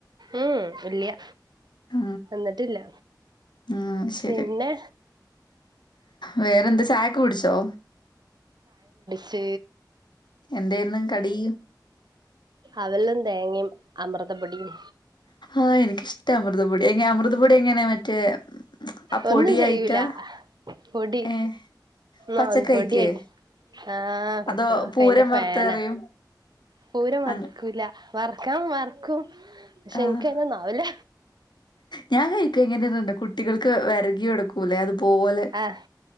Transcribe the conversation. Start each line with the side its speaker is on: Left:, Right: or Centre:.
Right: ഉം ഇല്ല്യ
Left: ഉ
Right: വന്നിട്ടില്ല
Left: ഉ ശരി
Right: പിന്നെ
Left: വേറെന്താ ചായഒക്കെ കു ടിച്ചോ
Right: ശ
Left: എന്തായിരുന്നു കടി
Right: അവിലും തേങ്ങയും അമൃതം പൊടിയും
Left: ആ എനിക്കിഷ്ടമാണ് അമൃതം പൊടി എങ്ങന അമൃത അമൃതപൊടി എങ്ങനെ മറ്റേ പൊടിയായിട്ടാ
Right: ഒന്നും ചെയ്യില്ല പൊടി
Left: ഏഹ് പച്ചക്കൈക്ക്
Right: ആ ഒും പൊടിയായി ആഹ് കുട്ടികൾ
Left: അതോ
Right: ഒക്കെ
Left: പൂരം
Right: അതിന്റെ ഫാനാ
Left: വറുത്തെറിയും
Right: പൂരം വർക്കുകയില്ല
Left: അങ്ങ
Right: വറക്കാൻ മറക്കും പക്ഷെ
Left: ആഹ്
Right: എനിക്ക് അതിനൊന്നും ആവില്ല
Left: ഞാൻ കഴിക്കും എങ്ങനെയെന്നുണ്ട് കുട്ടികൾക്ക് വരകി കൊടുക്കും <inaudible> പോലെ
Right: ആഹ്